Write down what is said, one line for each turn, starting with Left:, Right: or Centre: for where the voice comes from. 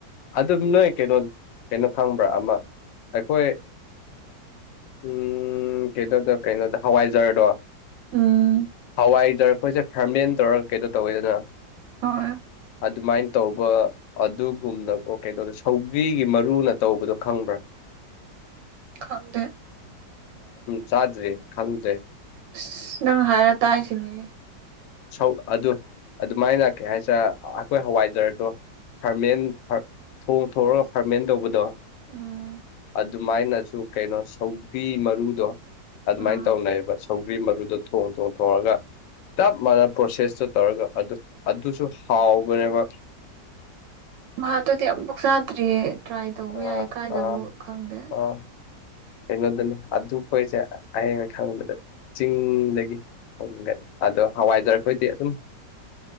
Left: ꯑꯗꯨꯝ ꯅꯣꯏ ꯀꯩꯅꯣ ꯀꯩꯅꯣ ꯐꯪꯕ꯭ꯔꯥ ꯑꯃ ꯑꯩꯈꯣꯏ ꯎꯝ ꯀꯗꯗ ꯀꯩꯅꯣꯗ ꯍꯋꯥꯏꯖꯔꯗꯣ
Right: ꯎꯝ
Left: ꯍꯋꯥꯏꯖꯔ ꯑꯩꯈꯣꯏꯁꯦ ꯐꯦꯃꯤꯂꯤꯅ ꯇꯧꯔꯒ ꯀꯩꯗꯣ ꯇꯧꯋꯦꯗꯅ
Right: ꯍꯣꯏ
Left: ꯑꯗꯨꯃꯥꯏꯅ ꯇꯧꯕ ꯑꯗꯨꯒꯨꯝꯅ ꯑꯣꯀꯦ ꯑꯗꯣ ꯁꯧꯕ꯭ꯔꯤꯒꯤ ꯃꯔꯨꯅ ꯇꯧꯕꯗꯣ ꯈꯪꯕ꯭ꯔꯥ
Right: ꯈꯪꯗꯦ
Left: ꯆꯥꯗ꯭ꯔꯤ ꯈꯪꯗ꯭ꯔꯦ
Right: ꯑꯁ ꯅꯪ ꯍꯥꯏꯔ ꯇꯥꯁꯤꯅꯦ
Left: ꯁꯧ ꯑꯗꯨ ꯑꯗꯨꯃꯥꯏꯅ ꯀꯩ ꯍꯥꯏꯁꯔꯦ ꯑꯩꯈꯣꯏ ꯍꯋꯥꯏꯖꯔꯗꯣ ꯐꯥꯔꯃꯦꯟ ꯊꯣꯡ ꯊꯑꯒ ꯐꯥꯔꯃꯦꯟ ꯇꯧꯕꯗꯣ
Right: ꯎꯥ
Left: ꯑꯗꯨꯃꯥꯏꯅꯁꯨ ꯀꯩꯅꯣ ꯁꯧꯕꯤ ꯃꯔꯨꯗꯣ ꯑꯗꯨꯃꯥꯏꯅ
Right: ꯑꯥ
Left: ꯇꯧꯅꯩꯕ ꯊꯧꯒ꯭ꯔꯤ ꯃꯔꯨꯗ ꯊꯣꯡ ꯊꯣꯡ ꯊꯣꯡꯉꯒ ꯃꯥꯅ ꯄ꯭ꯔꯣꯁꯦꯁꯇꯨ ꯇꯧꯔꯒ ꯑꯗꯨ ꯑꯗꯨꯁꯨ ꯍꯥꯎꯕꯅꯦꯕ
Right: ꯃꯍꯥꯛꯗꯨꯗꯤ ꯌꯥꯝ ꯄꯨꯛ ꯆꯥꯗ꯭ꯔꯤꯌꯦ ꯇ꯭ꯔꯥꯏ ꯇꯧꯕ
Left: ꯑꯥ
Right: ꯌꯥꯏ ꯀꯥꯏꯗꯕꯨ
Left: ꯑꯥ
Right: ꯈꯪꯗꯦ
Left: ꯑꯥ ꯀꯩꯅꯣꯗꯅꯤ ꯑꯗꯨꯈꯣꯏꯁꯦ ꯑꯌꯦ ꯈꯪꯕꯗ ꯆꯤꯡꯗꯒꯤ ꯩꯅ ꯑꯗꯣ ꯍꯋꯥꯏꯖꯔꯈꯣꯏꯗꯤ ꯑꯗꯨꯝ